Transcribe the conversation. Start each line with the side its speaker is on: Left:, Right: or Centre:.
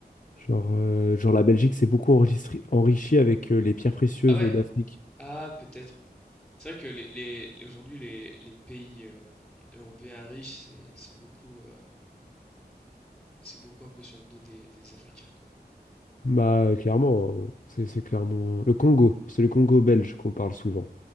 Left: Genre, euh, genre la Belgique s'est beaucoup enregistri- enrichie avec euh, les pierres précieuses
Centre: Ah ouais?
Left: d'Afrique.
Centre: Ah peut-être. C'est vrai que les les les aujourd'hui les les pays, hem, européens riches, c'est c'est beaucoup, heu, c'est beaucoup un peu sur le dos des des Africains, quoi.
Left: Bah, euh, clairement, hein. C'est c'est clairement... Le Congo, c'est le Congo belge qu'on parle souvent.